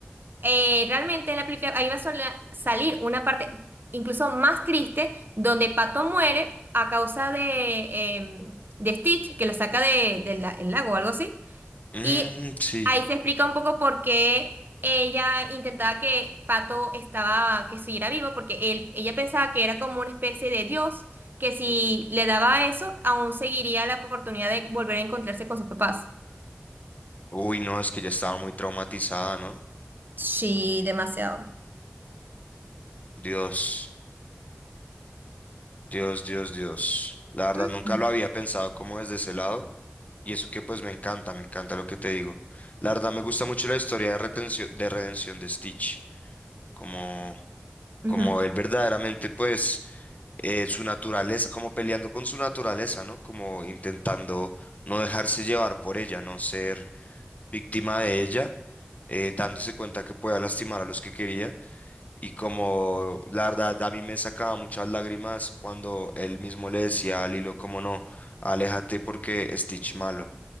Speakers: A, on the right; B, on the left.
A: eh, realmente en la película ahí va a sola- salir una parte incluso más triste donde Pato muere a causa de, em, de Stitch, que lo saca de, del la- el lago o algo así.
B: Mm,
A: Y
B: sí.
A: ahí se explica un poco por qué ella intentaba que Pato estaba, que siguiera vivo, porque él, ella pensaba que era como una especie de Dios, que si le daba eso, aún seguiría la oportunidad de volver a encontrarse con sus papás.
B: Uy, no, es que ya estaba muy traumatizada, ¿no?
A: Sí, demasiado.
B: Dios, Dios, Dios, Dios. La verdad,
A: Mm.
B: nunca
A: Mm.
B: lo había pensado como desde ese lado. Y eso que pues me encanta, me encanta lo que te digo. La verdad me gusta mucho la historia de retención, de redención de Stitch, como,
A: Ujú.
B: como él verdaderamente pues eh, su naturaleza, como peleando con su naturaleza, ¿no? Como intentando no dejarse llevar por ella, no ser víctima de ella, eh, dándose cuenta que podía lastimar a los que quería. Y como la verdad a mí me sacaba muchas lágrimas cuando él mismo le decía a Lilo, como no, aléjate porque Stitch malo.